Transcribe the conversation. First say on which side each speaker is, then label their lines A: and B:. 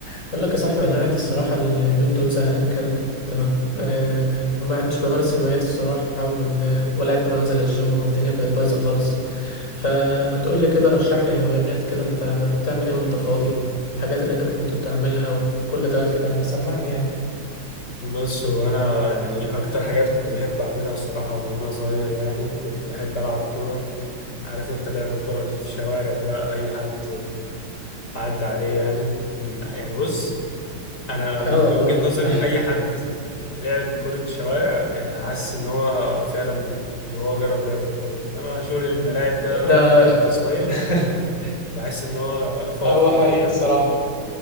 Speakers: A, on the left; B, on the left.
A: بقول لك يا صاحبي انا قاعد الصراحه اليومين دول زهقان كده تمام أه ما قعدتش بمارس هواياتي الصراحه وال... ولا قعدت بنزل الجيم والدنيا بقت بايظه خالص فما تقول لي كده رشح لي هوايات كده انت بتعمل ايه وانت فاضي الحاجات اللي انت كنت بتعملها وكل ده كده سمعني يعني
B: بص هو انا يعني اكتر حاجات كنت بحب اعملها الصراحه وانا صغير يعني كنت بحب العب كوره عارف انت لعب الكوره اللي في الشوارع ده اي حد عدى عليه يعني من يعني بص انا
A: اه
B: من وجهه
A: اه
B: نظري
A: ده
B: اي حد لعب كره شوارع يعني حاسس ان هو فعلا يعني هو جرب لعب الكوره انما شغل الملاعب ده
A: ده
B: ك- وانت صغير
A: <laughs>
B: بحس ان هو فاضي
A: هو
B: انت
A: حقيقي
B: فاهم
A: الصراحه